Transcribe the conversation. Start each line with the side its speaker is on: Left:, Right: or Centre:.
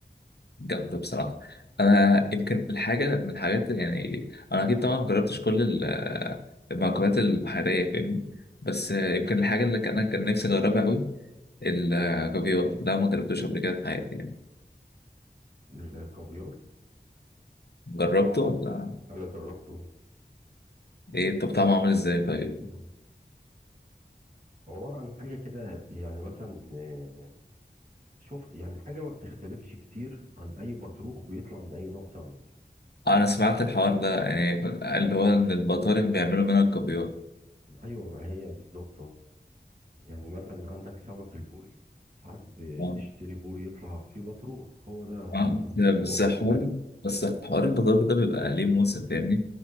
Left: جامدة بصراحة أنا يمكن الحاجة من الحاجات يعني أنا أكيد طبعا مجربتش كل ال- المأكولات البحرية فاهمني بس يمكن الحاجة اللي كان كان نفسي أجربها أوي الكافيار ده ما جربتوش قبل كده في حياتي يعني
Right: الكافيار
Left: جربته ولا
Right: انا جربته
Left: إيه طب طعمه عامل إزاي طيب؟
Right: <laughs> مم. عبارة عن حاجة كده يعني مثلا آه، شوف يعني حاجة ما بتختلفش كتير عن أي بطروخ بيطلع من أي نوع سمك
Left: أنا سمعت الحوار ده يعني اللي هو إن البطارخ بيعملوا منها الكافيار
Right: أيوة ما هي بالظبط أهو. يعني مثلا عندك سمك البوري ساعات بتشتري
Left: آه.
Right: بوري يطلع فيه بطروخ هو ده
Left: آه.
Right: مثلا
Left: ده
Right: بتسمى
Left: بس
Right: برضه
Left: حوار
Right: إيه
Left: بس حوار البطارخ ده بيبقى ليه موسم فاهمني